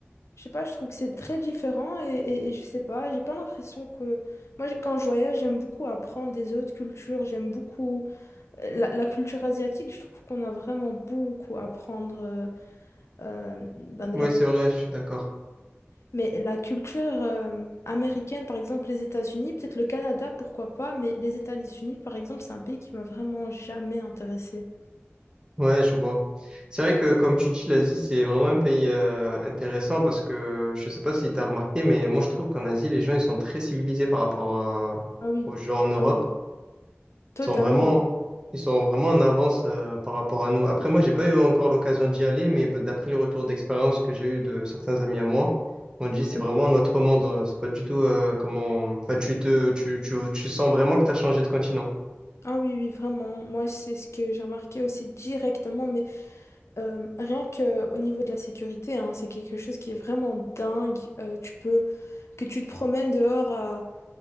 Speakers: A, on the left (about 80°); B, on the right (about 20°).
A: Je sais pas, je trouve que c'est très différent et, et, et je sais pas, j'ai pas l'impression que... Moi, j'ai- quand je voyage, j'aime beaucoup apprendre des autres cultures, j'aime beaucoup euh, la, la culture asiatique, je trouve qu'on a vraiment beaucoup à apprendre euh, euh, ben, de
B: Ouais,
A: leur
B: c'est
A: culture.
B: vrai, je suis d'accord.
A: Mais la culture euh, américaine, par exemple les États-Unis, peut-être le Canada, pourquoi pas, mais les États-Unis, par exemple, c'est un pays qui m'a vraiment jamais intéressée.
B: Ouais, je vois. C'est vrai que, comme tu dis, l'Asie, c'est vraiment un pays euh, intéressant parce que je sais pas si t'as remarqué, mais moi, je trouve qu'en Asie, les gens, ils sont très civilisés par rapport euh,
A: Ah oui,
B: aux gens en Europe.
A: ah oui, totalement.
B: Ils sont vraiment, ils sont vraiment en avance euh, par rapport à nous. Après, moi, j'ai pas eu encore l'occasion d'y aller, mais bah, d'après les retours d'expérience que j'ai eu de certains amis à moi, on dit c'est
A: Ok.
B: vraiment notre monde. euh, C'est pas du tout euh, comment. Enfin, tu te, tu, tu, tu sens vraiment que tu as changé de continent.
A: Ah oui, oui, vraiment. Moi, c'est ce que j'ai remarqué aussi directement. mais Euh, rien que au niveau de la sécurité, hein, c'est quelque chose qui est vraiment dingue. Euh, tu peux que tu te promènes dehors à,